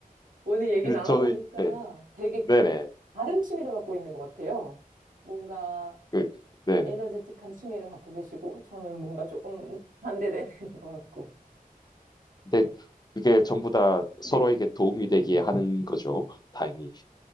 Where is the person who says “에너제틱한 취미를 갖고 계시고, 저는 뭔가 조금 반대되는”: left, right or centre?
Right